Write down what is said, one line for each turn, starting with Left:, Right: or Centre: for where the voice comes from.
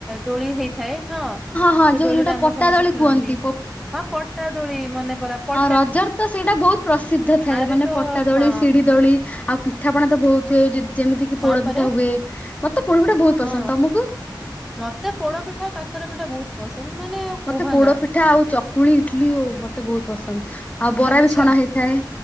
Centre: ଦୋଳି ହେଇ ଥାଏ ହଁ
Left: ହଁ
Centre: ସେ
Left: ଯୋଉ
Centre: ଦୋଳିରେ
Left: ଯୋଉଟା
Centre: ଆମର
Left: ପଟା
Centre: ସମସ୍ତେ
Left: ଦୋଳି
Centre: ଖେଳନ୍ତି
Left: କୁହନ୍ତି
Centre: ହଁ ପଟା ଦୋଳି ମନେ ପଇଲା ପ
Left: ରଜର ତ ସେଇଟା ବହୁତ ପ୍ରସିଦ୍ଧ ଥାଏ ମାନେ
Centre: ରେ ତ
Left: ପଟା ଦୋଳି,
Centre: ହଁ
Left: ସିଡି ଦୋଳି, ଆଉ ପି ପିଠାପଣା ତ ବହୁତ ହୁଏ ଯେମିତିକି
Centre: ହଁ
Left: ପୋଡପିଠା
Centre: ପରା
Left: ହୁଏ ମତେ ପୋଡପିଠା ବହୁତ
Centre: ହଁ
Left: ପସନ୍ଦ। ତମକୁ?
Centre: ମତେ ପୋଡ ପିଠା ଆଉ କାକରା ପିଠା ବହୁତ ପସନ୍ଦ ମାନେ
Left: ମତେ
Centre: କୁହନା
Left: ପୋଡ ପିଠା ଆଉ ଚକୁଳି ଇଟଲିି ମତେ ବହୁତ ପସନ୍ଦ। ଆଉ ବରା
Centre: ଆଚ୍ଛା
Left: ବି ଛଣା ହେଇଥାଏ